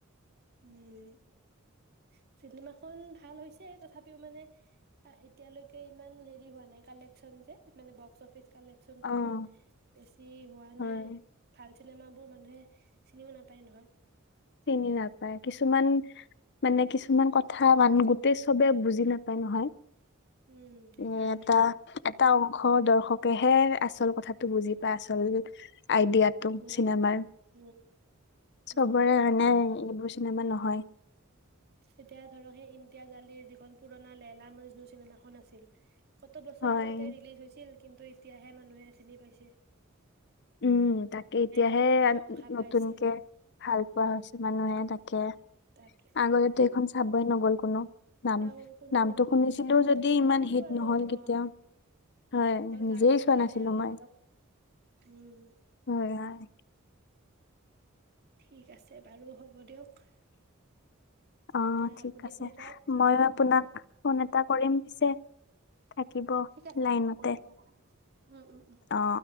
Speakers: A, on the right; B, on the left.
A: উম। ‌ চিনেমা খন ভাল হৈছে, তথাপিও মানে, এতিয়ালৈকে ইমান হেৰি হোৱা নাই, কালেকচন যে মানে বক্স অফিচ। ‌ কালেকচন
B: অ',
A: টো ইমান বেছি হোৱা
B: হয়,
A: নাই ভাল চিনেমাবোৰ মানুহে চিনিও নাপায় নহয়।
B: চিনি নাপায় কিছুমান মানে কিছুমান কথা। ‌ ক মানে গোটেই চবে বুজি নাপায় নহয়।
A: উম সেইকাৰণে
B: অ' এটা, এটা। দৰ্শকেহে আচল কথাাতটো বুজি পায়, আচল। ‌ আইডিয়াটো
A: উম
B: চিনেমাৰ।
A: উম
B: চবৰে
A: উম
B: আনে উ এইবোৰ চিনেমা নহয়।
A: এতিয়া ধৰক সেই ইমটিয়া গাল যিখন পুৰণা লৈলা মজনু চিনেমাখন আছিল ‌ কত বছৰ
B: হয়।
A: আগতে ৰিলিজ হৈছিল। কিন্তু এতিয়াহে মানুহে চিনি পাইছে।
B: উম তাকে, এতিয়াহে
A: প্ৰ প্ৰশংসা
B: নতুনকে
A: পাইছে
B: ভাল পোৱা হৈছে
A: উম
B: মানুহে তাকে
A: তাকেতো
B: আগতেতো এখন চাবই নগ'ল। কোনো। নাম
A: আৰু কোনো
B: নামটো
A: নগল,
B: শুনিছিলো
A: নামটো
B: যদি
A: শুনিছিলোঁ
B: ইমান হিট
A: আৰু,
B: নহ'ল কেতিয়া
A: অ,
B: হয়
A: অকল
B: নিজেই
A: গান কেইটাহে
B: চোৱা নাছিলো
A: অলপ
B: মই
A: অলপ উম। উম।
B: হয় হয়
A: ঠিক আছে। বাৰু হ'ব দিয়ক,
B: অ
A: এতিয়া
B: ঠিক
A: আপুনি
B: আছে
A: শুই যাওক,
B: মই আপোনাক
A: উম।
B: ফোন এটা কৰিম পিছে। থাকিব
A: ঠিক আছে
B: লাইনতে,
A: হ'ব কৰিব উম, উম, উম,
B: অ